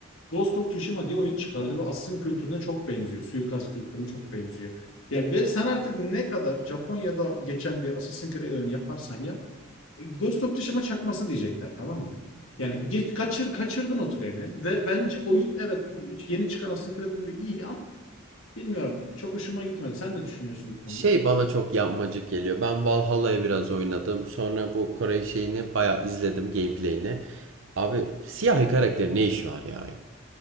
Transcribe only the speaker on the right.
Şey bana çok yapmacık geliyor. Ben Valhalla'ya biraz oynadım. Sonra bu Kore şeyini bayağı izledim gameplay'ini. Abi siyahi karakterin ne işi var ya?